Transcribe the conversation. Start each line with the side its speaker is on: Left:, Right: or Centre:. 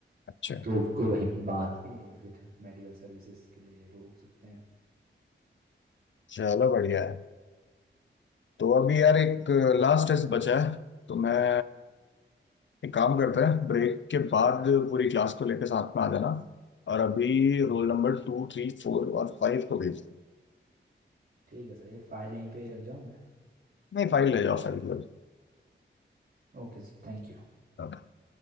Left: अच्छा
Right: तो उसको वहीं पे बांध के फिर मेडिकल सर्विसेज के लिए रोक सकते हैं
Left: चलो बढ़िया है तो अभी यार एक लास्ट टेस्ट बचा है तो मैं एक काम करता है ब्रेक के बाद पूरी क्लास को लेकर साथ में आ जाना और अभी
Right: ठीक
Left: रोल
Right: है
Left: नंबर
Right: सर
Left: टू थ्री फोर और फाइव को भेज दो
Right: ठीक है सर ये फाइल यहीं पे रख जाऊँ मैं
Left: नहीं फाइव ले जाओ फाइव ले
Right: Okay sir thank you
Left: जाओ।